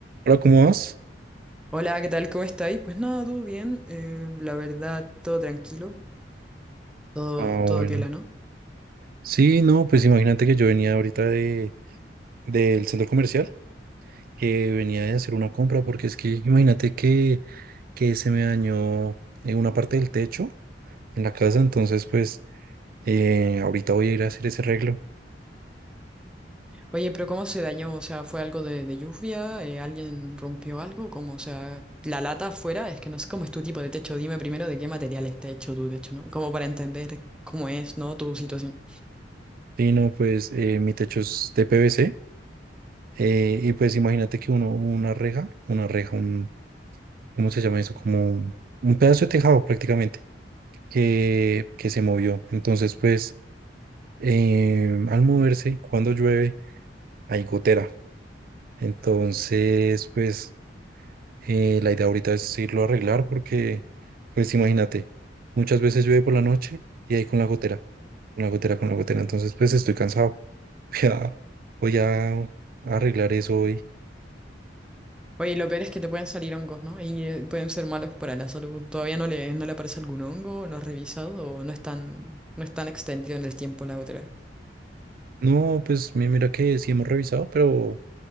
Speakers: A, on the right (about 55°); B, in the centre.
A: Hola, ¿cómo vas?
B: Hola, ¿qué tal? ¿Cómo estáis? Pues nada, todo bien. eh, la verdad, todo tranquilo. Todo,
A: Ah,
B: todo
A: bueno.
B: piola, ¿no?
A: Sí, no, pues imagínate que yo venía ahorita de, del centro comercial, que venía de hacer una compra, porque es que imagínate que, que se me dañó eh, una parte del techo en la casa, entonces pues eh, ahorita voy a ir a hacer ese arreglo.
B: Oye, pero ¿cómo se dañó? O sea, ¿fue algo de, de lluvia? Eh, ¿alguien rompió algo? ¿Cómo? O sea, la lata afuera, es que no sé cómo es tu tipo de techo. Dime primero de qué material está hecho tu techo, ¿no? Como para entender cómo es, ¿no? Tu situación.
A: Sí, no, pues eh, mi techo es de PVC, eh, y pues imagínate que uno, una reja, una reja, un, ¿cómo se llama eso? Como un, un pedazo de tejado prácticamente, que, que se movió. Entonces pues... eh, al moverse, cuando llueve, hay gotera. Entonces, pues eh, la idea ahorita es irlo a arreglar porque, pues imagínate, muchas veces llueve por la noche y ahí con la gotera, con la gotera, con la gotera. Entonces, pues estoy cansado. <laughs> Ya voy a, a arreglar eso hoy.
B: Oye, lo peor es que te pueden salir hongos, ¿no? Y eh, pueden ser malos para la salud. ¿Todavía no le, no le aparece algún hongo? ¿No has revisado? ¿O no es tan, no es tan extendido en el tiempo la gotera?
A: No, pues mi- mira que sí hemos revisado, pero